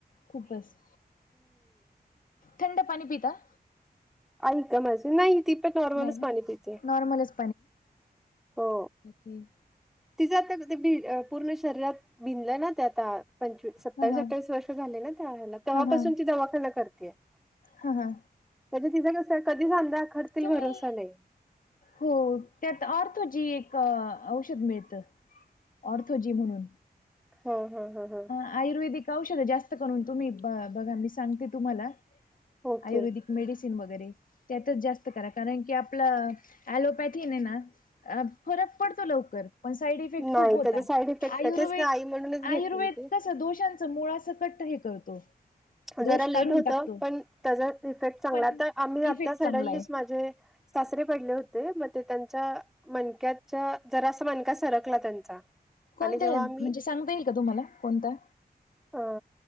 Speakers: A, on the left; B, in the centre.
A: खूपच, थंड पाणी पिता.
B: आई का माझी नाही ती पण नॉर्मलच
A: नाही ना
B: पाणी पिते,
A: नॉर्मलच
B: हो.
A: हम.
B: तिज आता ग भि पूर्ण शरीरात भिनलंय ना ते आता. पंचवीस सत्तावीस
A: हा हा
B: अठ्ठावीस वर्ष झाले त्या हेला तेव्हापासून
A: हा हा
B: ती दवाखाना करतय.
A: हा हा.
B: कधी तिज कस कधी सांधा आखडतील
A: तुम्ही
B: भरोसा नाही.
A: हो त्यात आर्थोजी एक औषध मिळत. ऑर्थोजी म्हणून.
B: हा हा हा हा.
A: आयुर्वेदिक औषध जास्त करून तुम्ही ब बघा मी सांगते तुम्हाला,
B: ओके
A: आयुर्वेदिक. मेडिसिन वगैरे, त्यातच जास्त करा कारण की आपल, ऍलोपॅथी ने ना फरक पडतो लवकर पण साईड इफेक्ट
B: नाही
A: खूप होता,
B: त्याचे साईड इफेक्ट
A: आयुर्वेद,
B: आहे तेच ना आई म्हणूनच घेत
A: आयु
B: नाही ते
A: दोषांच मुळा सकट हे करतो. दोष
B: जरा लेट
A: काढून
B: होत
A: टाकतो
B: पण त्याजा इफेक्ट चांगला
A: पण
B: तर आम्ही
A: इफेक्ट
B: आता सडनलीच
A: चांगला आहे
B: माझे सासरे पडले होते म ते त्यांच्या मणक्याच्या जरा सा मणका सरकला त्यांचा.
A: कोणत्यान
B: आणि जेव्हा आम्ही
A: म्हणजे सांगता येईल का तुम्हाला कोणता,
B: अ